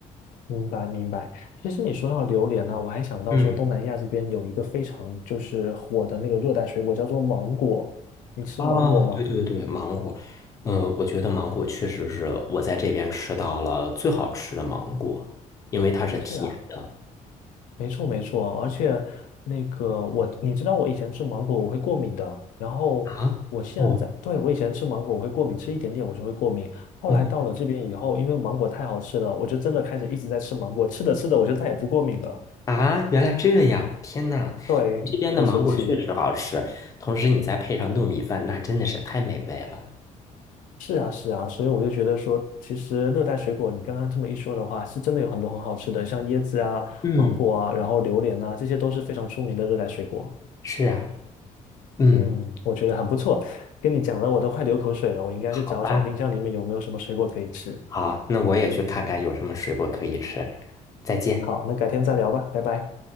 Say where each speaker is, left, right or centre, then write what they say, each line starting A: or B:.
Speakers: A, on the left; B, on the left.
A: 明白明白。其实你说到榴莲呢、我还想到说东南亚这边有一个非常就是火的那个热带水果叫做芒果，
B: 嗯，
A: 你吃芒果吗？
B: 哦，对对对，芒果，嗯，我觉得芒果确实是我在这边吃到了最好吃的芒果，因为它是甜的
A: 是啊，没错没错，而且那个我，你知道我以前吃芒果我会过敏的，然后我现在，
B: 啊。哦，
A: 对，我以前吃芒果我会过敏，吃一点点我就会过敏。后来到了这边以后，
B: 嗯
A: 因为芒果太好吃了，我就真的开始一直在吃芒果，吃着吃着我就再也不过敏了。
B: 啊，原来这样，天呐，
A: 对，
B: 这边的芒果确实好吃，
A: 很神奇。
B: 同时你再配上糯米饭，那真的是太美味了。
A: 是啊是啊，所以我就觉得说，其实热带水果你刚刚这么一说的话，是真的有很多很好吃的，像椰子啊、
B: 嗯。
A: 芒果啊，然后榴莲啊，这些都是非常出名的热带水果。
B: 是啊，嗯，
A: 嗯，我觉得很不错，跟你讲的我都快流口水了，我应该去找找冰箱里面有没有什么水果可以吃。
B: 好吧，好，那我也去看看有什么水果可以吃。再见。
A: 好，那改天再聊吧，拜拜。